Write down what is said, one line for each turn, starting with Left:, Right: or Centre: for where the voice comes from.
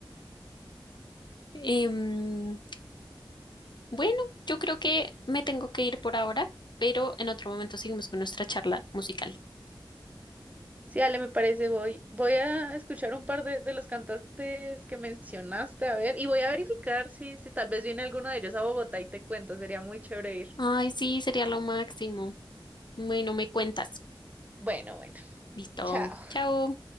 Left: Em, bueno, yo creo que me tengo que ir por ahora, pero en otro momento seguimos con nuestra charla musical.
Right: Sí, Ale, me parece, voy, voy a escuchar un par de, de los cantantes que mencionaste, a ver, y voy a verificar si, si tal vez viene alguno de ellos a Bogotá y te cuento, sería muy chévere ir.
Left: Ay, sí, sería lo máximo. Bueno, me cuentas.
Right: Bueno, bueno,
Left: Listo.
Right: chao.
Left: Chao.